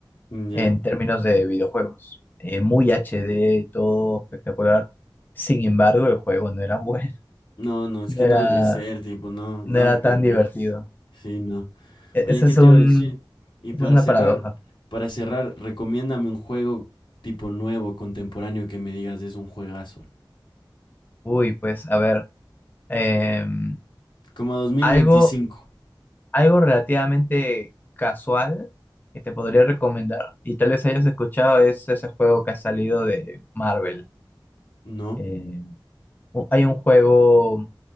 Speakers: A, on the left; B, on the left.
A: ¿Ya?
B: en términos de videojuegos. Eh, muy HD, todo espectacular. Sin embargo, el juego no era bueno,
A: No,
B: <laughs>
A: no, es
B: no
A: que
B: era,
A: no debe ser, tipo, no, nada
B: no era
A: que
B: tan
A: ver.
B: divertido.
A: Sí, no.
B: E-
A: Oye,
B: ese
A: ¿qué
B: es
A: te
B: un,
A: iba a decir? Y
B: esa
A: para
B: es una
A: cerrar,
B: paradoja.
A: para cerrar, recomiéndame un juego tipo nuevo, contemporáneo, que me digas es un juegazo.
B: Uy, pues a ver, em,
A: Como 2025,
B: algo algo relativamente casual que te podría recomendar, y tal vez hayas escuchado, es ese juego que ha salido de Marvel.
A: ¿no?
B: Eh, u- hay un juego,